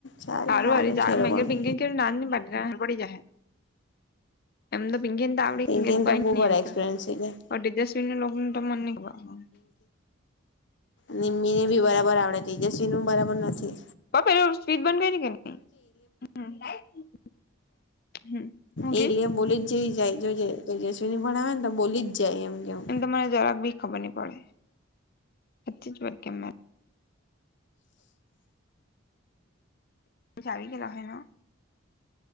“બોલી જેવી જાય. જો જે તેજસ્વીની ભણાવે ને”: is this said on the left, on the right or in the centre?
Left